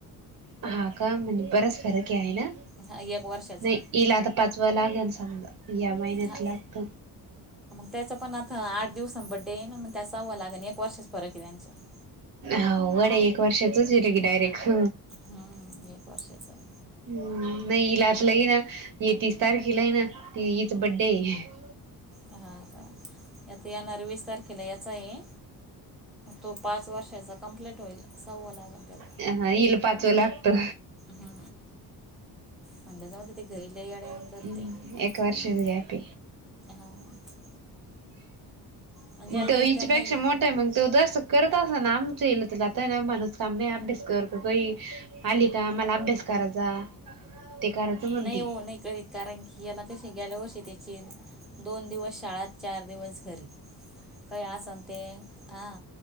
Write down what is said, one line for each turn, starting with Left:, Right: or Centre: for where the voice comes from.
Right: हो का म्हणजे बराच फरक आहे. ना
Centre: हा एक वर्षाचा
Right: नही. इलात पाचवं आता लागलं समजा. मेहनत
Centre: हा
Right: लागत
Centre: त्याचं पण बर्थडे आठ दिवसांनी येईल. एक वर्षाचा फरक आहे. त्यांच्यात
Right: हा वड आहे. एक वर्षाच येरे डायरेक्ट.
Centre: हा एक वर्षाचा आहे.
Right: नाही इलात लगी ना ये तीस तारखेला आहे ना हच बड्डे <unintelligible>
Centre: हा का आता येणारऱ्या वीस तारखेला याचाहे. तो पाच वर्षाचा कंप्लीट होईल. सावं लागल त्याला.
Right: हिला पाचवं लागतं.
Centre: हा म्हणलं जाऊन तिथे घरीलाड
Right: हम्म
Centre: करते
Right: एक वर्षाच
Centre: हम
Right: गॅप
Centre: हा <unintelligible> म्हणजे याला
Right: तो
Centre: द्यायचं
Right: तिच्यापेक्षा
Centre: त्याला नाही
Right: मोठा आहे. करत असत ना आम तेल तर जातताय ना माणूस कामने बिसकवर आली का मला अभ्यास करायचा ते करायचं म्हणती
Centre: नाही हो नाही करीत कारण की याला कशी गेल्या वर्षी त्याची दोन दिवस शाळात चार दिवस घरी काही अस सन ते हां